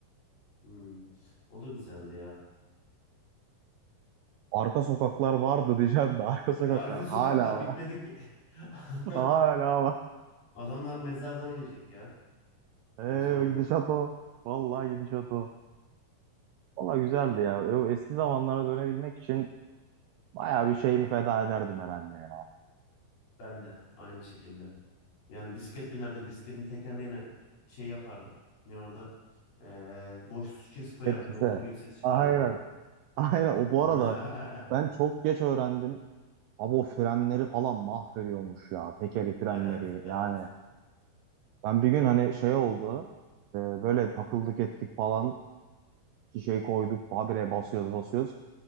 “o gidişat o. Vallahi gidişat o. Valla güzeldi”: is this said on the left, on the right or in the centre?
Right